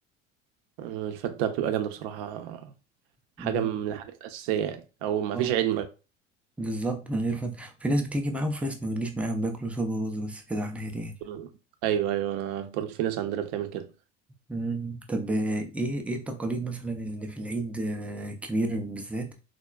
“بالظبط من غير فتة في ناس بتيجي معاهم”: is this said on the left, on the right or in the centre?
Centre